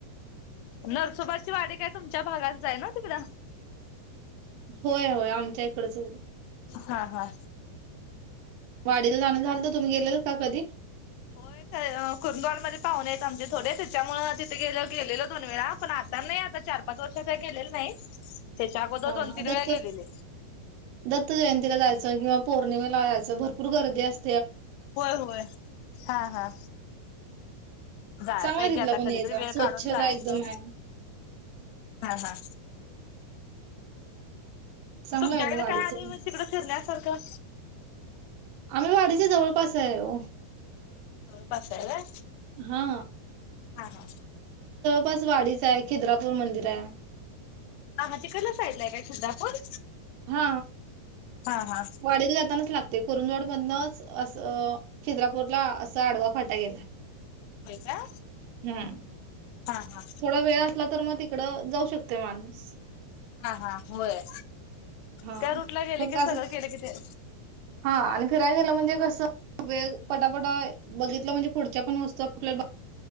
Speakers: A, on the left; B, on the right.
A: नरसोबाची वाडी काय तुमच्या भागात जाय ना तिला
B: होय होय आमच्या इकडच.
A: हा हा
B: डी जाणं झाल तर तुम्ही गेले का कधी
A: होय कुरंदवडमध्ये पाहूने आहेत आमचे थोडे त्याच्यामूळ तिथे गे गेलेलं दोन वेळा पण आता नाही आता चार पाच वर्ष काय गेलेलो नाही. त्याच्या अगोदर
B: हा
A: दोन
B: हा
A: तीन वेळा
B: दत्त,
A: गेलेले.
B: दत्त जयंतीला जायचं किंवा पौर्णिमा लाजायचं भरपूर गर्दी अस
A: होय होय हा हा, जाय
B: चांगला
A: पाहिजे
B: आहे तिथला
A: आता
B: पण
A: कधीतरी
B: एरिया
A: वेळ
B: स्वच्छता
A: काढून जायचं,
B: एकदम आहे
A: हा हा
B: चांगला
A: तुमच्याकडे
B: आहे वाडीचं
A: काय आणि
B: पण
A: म तिकड फिरण्यासारखं.
B: आम्ही वाडीच्या जवळपास आहे हो
A: जळपास हाय व्हय,
B: हा
A: हा हा.
B: पस वाडीच आहे खिद्रापूर मंदिर आहे.
A: आ तिकडल्या सायडला हाय काय खिद्रापूर?
B: हा,
A: हा हा
B: वाडीला जातानाच लागतय. कुरुंदवाड मधनच असं खीद्रापूरला असं आडवा फाटा गेलाय.
A: होय का
B: हम्,
A: हा हा
B: थोडा वेळ असला तर मग तीकड जाऊ शकतय माणूस.
A: हा हा होय,
B: हा.
A: त्या रूटला गेल
B: फक्त
A: की
B: असंच
A: सगळं केल कि ते
B: हा आणि फिराय गेलं म्हणजे कसं वेळ पटापटा बघितलं म्हणजे पुढच्या पण वस्तू आपल्या